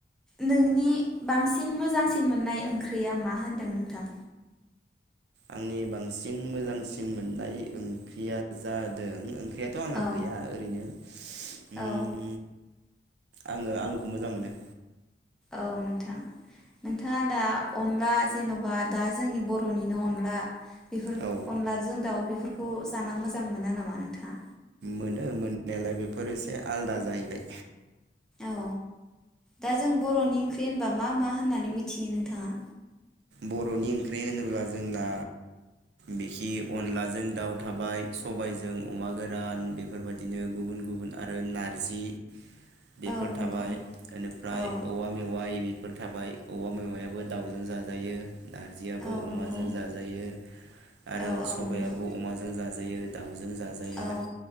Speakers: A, in the centre; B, on the right (about 70°).
A: नोंनि बांसिन मोजांसिन मोननाय ओंख्रिया मा होनदों नोंथां
B: आंनि बांसिन मोजांसिन मोननाय ओंख्रिया जादोंओं फुख्रियाथ' आंना
A: औ
B: गैया ओरैनो उम
A: औ
B: आङो आलुखौ मोजां मोनो।
A: औ नोंथां नोंथाङा दा अनला जेन'बा दा जोंनि बर'निनो अनला बेफोर
B: औ
A: अनलाजों दाउ बेफोर बेफोरखौ जाना मोजां मोना नामा नोंथाङा
B: मोनो मोननायालाय बेफोर एसे आलादा जाहैबाय
A: औ दा जों बर'नि ओंख्रि होनबा मा मा होननानै मिथियो नोंथाङा
B: बर'नि ओंख्रि होनोब्ला जोंना बिखि अनलाजों दाउ थाबाय सबायजों अमा गोरान बेफोरबायदिनो गुबुन गुबुन आरो नारजि बेफोर
A: औ नंगौ
B: थाबाय बेनिफ्राय
A: औ
B: औवा मेवाइ बे फोर थाबाय औबवा मेवायाबो दावउजों जाज जायो नारजियाबो
A: औ
B: अमाजों
A: नंगौ
B: जाजायो आरो
A: औ औ
B: सबायाबो
A: नंगौ
B: अमाजों जाजायो जों जाजायो
A: औ